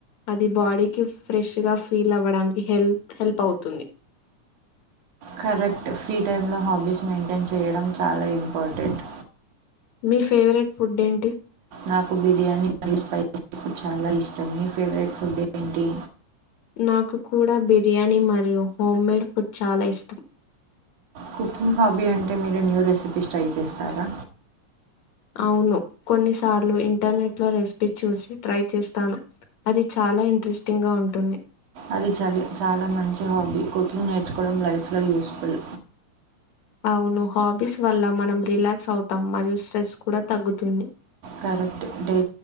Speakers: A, on the left; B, on the right.
A: అది బాడీకి ఫ్రెష్గా ఫీల్ అవ్వడానికి హెల్త్ హెల్ప్ అవుతుంది
B: కరెక్ట్ ఫ్రీ టైంలో హాబీస్ మెయింటైన్ చేయడం చాలా ఇంపార్టెంట్
A: మీ ఫేవరెట్ ఫుడ్ ఏంటి
B: నాకు బిర్యానీ మరియు స్పైసీ ఫుడ్ చాలా ఇష్టం మీ ఫేవరెట్ ఫుడ్ ఏంటి
A: నాకు కూడా బిర్యానీ మరియు హోమ్మేడ్ ఫుడ్ చాలా ఇష్టం
B: కుకింగ్ హాబీ అంటే మీరు న్యూ రెసిపీస్ ట్రై చేస్తారా
A: అవును కొన్నిసార్లు ఇంటర్నెట్ లో రెసిపీ చూసి ట్రై చేస్తాను అది చాలా ఇంట్రెస్టింగ్గా ఉంటుంది
B: అది చాల చాలా మంచి హాబీ కుకింగ్ నేర్చుకోవడం లైఫ్లో యూస్ఫుల్
A: అవును హాబీస్ వల్ల మనం రిలాక్స్ అవుతాం మరియు స్ట్రెస్ కూడా తగ్గుతుంది
B: కరెక్ట్ డై